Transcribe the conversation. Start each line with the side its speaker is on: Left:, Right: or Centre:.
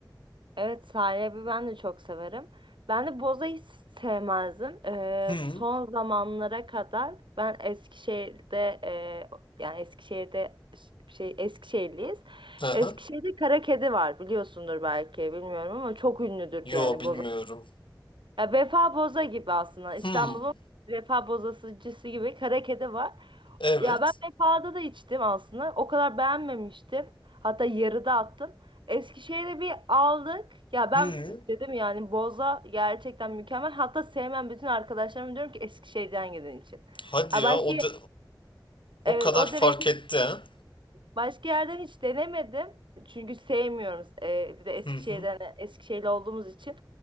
Right: Evet sahibi ben de çok severim. Ben de bozayı hiç sevmezdim. Ee,
Left: Hmm.
Right: son zamanlara kadar ben Eskişehir'de e, yani Eskişehir'de ş- şey Eskişehirliyiz.
Left: Hı hı.
Right: Eskişehir'de kara kedi var biliyorsundur belki bilmiyorum ama çok ünlüdür
Left: Yo
Right: yani
Left: bilmiyorum.
Right: boza ya Vefa Boza gibi aslında. İstanbul'un
Left: Hmm.
Right: Vefa Bozacısı gibi Karakede var.
Left: Evet.
Right: Ya ben Vefa'da da içtim aslında. O kadar beğenmemiştim. Hatta yarıda attım. Eskişehir'e bir aldık. Ya ben
Left: Hı.
Right: dedim yani Boza gerçekten mükemmel. Hatta sevmem bütün arkadaşlarıma diyorum ki Eskişehir'den gelen için.
Left: Hadi
Right: Ya
Left: ya
Right: başka
Left: o da, o
Right: evet,
Left: kadar
Right: o
Left: fark
Right: derece
Left: etti ha.
Right: Başka yerden hiç denemedim. Çünkü sevmiyoruz. Ee, bir de Eskişehir'den,
Left: Hı hı.
Right: Eskişehirli olduğumuz için